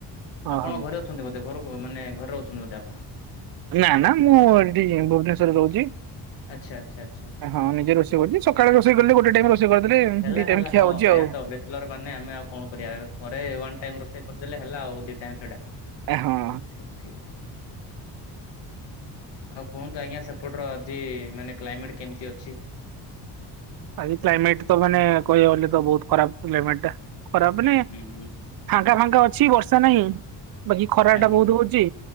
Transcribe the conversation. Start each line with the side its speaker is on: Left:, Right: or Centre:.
Right: ହଁ
Left: ଆପଣ
Right: ହଁ।
Left: ଘରେ ଅଛନ୍ତି ବୋଧେ ଘରକୁ ମାନେ ଘରେ ରହୁଛନ୍ତି ବୋଧେ ଆପଣ।
Right: ନା ନା ମୁଁ ଏଇଟି ଭୁବନେଶ୍ଵରରେ ରହୁଚି।
Left: ଆଚ୍ଛା ଆଚ୍ଛା ଆଚ୍ଛା।
Right: ହଁ ନିଜେ ରୋଷେଇ କରୁଚି ସକାଳେ ରୋଷେଇ କରିଲେ ଗୋଟେ ଟାଇମ୍ ରୋଷ୍ ଷେଇ କରିଦେଲେ
Left: ହେଲା
Right: ଦି
Left: ହେଲା
Right: ଟାଇମ ଖିଆ
Left: ହଁ
Right: ହଉଛି
Left: ସେଇଆ
Right: ଆଉ।
Left: ତ ବେଚଲର୍ ମାନେ ଆମେ ଆଉ କଣ କରିବା ଆରେ ଥରେ ୱାନ୍ ରୋଷେଇ କରିଦେଲେ ହେଲା ଆଉ ଦି ଟାଇମ୍ ସେଇଟା। ଠିକ୍
Right: ହଁ
Left: ଠିକ୍। ଠିକ୍ ଠିକ୍ ଆଉ କୁହନ୍ତୁ ଆଜ୍ଞା ସେପ୍ ପଟର ଆଜି ମାନେ କ୍ଲାଇମେଟ୍ କେମତି ଅଛି?
Right: ଆଜି କ୍ଲାଇମେଟ୍ ତ ମାନେ କହିବାକୁ ଗଲେ ତ ବୋହୁତ ଖରାପ କ୍ଲାଇମେଟଟା ଖରାପ ମାନେ
Left: ହୁଁ ହୁଁ ହୁଁ ହୁଁ
Right: ଫାଙ୍କା ଫାଙ୍କା ଅଛି ବର୍ଷା ନାହିଁ ବାକି ଖରାଟା
Left: ଆଜ୍ଞା
Right: ବୋହୁତ ହଉଚି